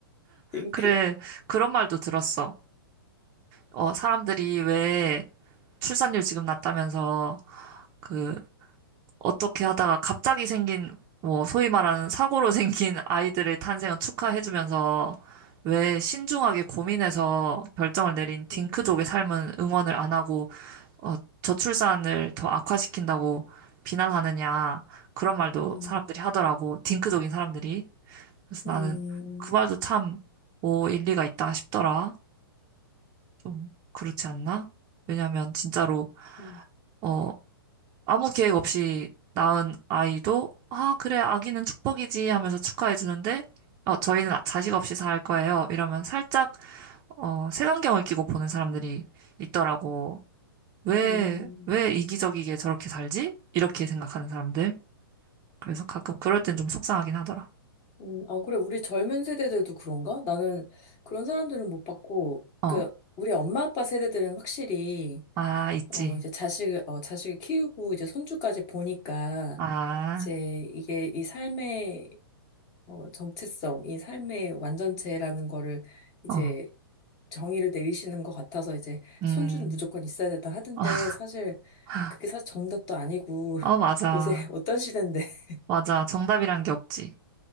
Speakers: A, on the left; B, on the right.
A: 링크.
B: 그래, 그런 말도 들었어. 어, 사람들이 왜 출산율 지금 낮다면서 그 어떻게 하다가 갑자기 생긴 뭐 소위 말하는 사고로 <laughs> 생긴 아이들의 탄생을 축하해주면서 왜 신중하게 고민해서 결정을 내린 딩크족의
A: 음,
B: 삶은 응원을 안 하고 어, 저출산을 더 악화시킨다고 비난하느냐 그런 말도
A: 음,
B: 사람들이 하더라고 딩크족인 사람들이 그래서
A: 음,
B: 나는 그 말도
A: 음,
B: 참, 뭐, 일리가 있다 싶더라. 좀, 그렇지 않나? 왜냐면, 진짜로,
A: 음, 음,
B: 어, 아무 계획 없이 낳은 아이도, 아, 그래, 아기는 축복이지 하면서 축하해주는데, 어, 저희는 자식 없이 살 거예요. 이러면 살짝, 어, 색안경을 끼고 보는 사람들이 있더라고. 왜,
A: 음.
B: 왜 이기적이게 저렇게 살지? 이렇게 생각하는 사람들. 그래서 가끔 그럴 땐 좀 속상하긴 하더라.
A: 음, 아, 그래, 우리 젊은 세대들도 그런가? 나는 그런 사람들은 못 봤고,
B: 어,
A: 그, 우리 엄마 아빠 세대들은 확실히,
B: 아, 있지.
A: 어, 이제 자식을, 어, 자식을 키우고 이제 손주까지 보니까
B: 아,
A: 이제 이게 이 삶의 어, 정체성, 이 삶의 완전체라는 거를 이제
B: 어,
A: 정의를 내리시는 것 같아서 이제
B: 음.
A: 손주는 무조건 있어야 된다 하던데
B: 아,
A: 사실
B: <laughs>
A: 그게 사실 정답도 아니고 <laughs>
B: 어 맞아.
A: 요새 어떤 시대인데. <laughs>
B: 맞아. 정답이란 게 없지.